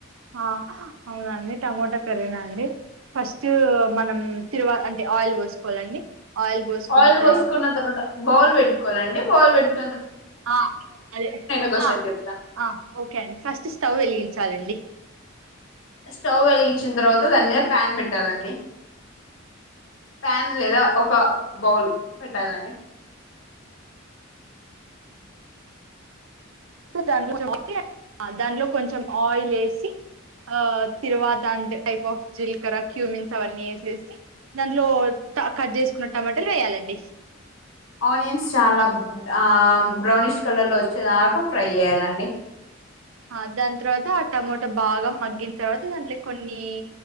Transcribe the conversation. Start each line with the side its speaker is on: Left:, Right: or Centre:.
Right: ఆ అవునండి టమాోటా కర్రీనా అండి first మనం తిరువా అంటే ఆయిల్ పోసుకోవాలండి ఆయిల్ పోసుకున్న
Left: ఆయిల్ పోసుకున్న
Right: తర్వాత
Left: బౌల్ పెట్టుకోలండి బాల్ పెట్టుకో
Right: ఆ అదే
Left: ఒక స్టెప్
Right: ఆ
Left: చెప్తా
Right: ఆ ఓకే అండి ఫస్ట్ స్టవ్ వెలిగించాలండి
Left: స్టవ్ వెలిగించిన తర్వాత పో దాని మీద ప్యాన్ పెట్టాలండి ప్యాన్ లేదా ఒక బౌల్ పెట్టాలండి
Right: దాని కొంచెం - దానియో కొంచెం ఆయిల్ వేసి ఆ తీరువాత అంటే టైప్ ఆఫ్ జిలకర క్యూమిన్స్ అవన్నీ ఏసేసి దాంట్లో కట్ చేసుకున్న టమాటలు వేయాలండి
Left: ఆనియన్స్ చాలా ఆ బ్రౌనిష్ కలర్ లో వచ్చేదాకా ఫ్రై చేయాలండి
Right: ఆ దాని తర్వాత ఆ టమోటా బాగా మగ్గిన తర్వాత దాంట్లో కొన్ని